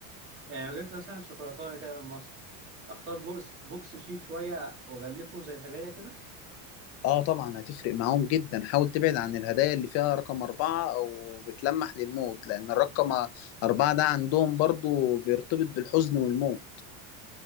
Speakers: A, on the right; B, on the left.
A: يعني لو جبت مثلا شوكولاتة كده من مصر أختار بوكس بوكس شيك شوية وأغلفه زي الهدايا كده
B: اه طبعا هتفرق معاهم جدا حاول تبعد عن الهدايا اللي فيها رقم أربعة أو بتلمح للموت لأن الرقم أربعة ده عندهم برضو بيرتبط بالحزن والموت